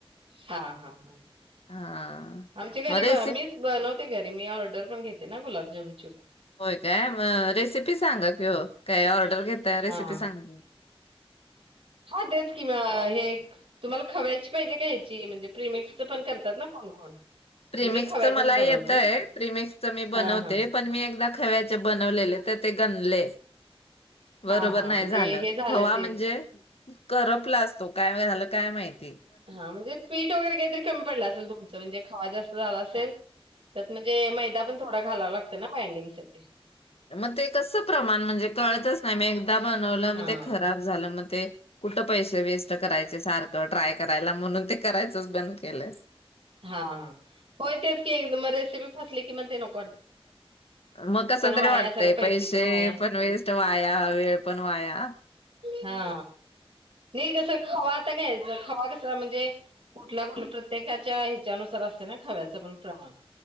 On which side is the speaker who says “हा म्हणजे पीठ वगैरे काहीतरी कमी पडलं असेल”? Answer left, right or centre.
Right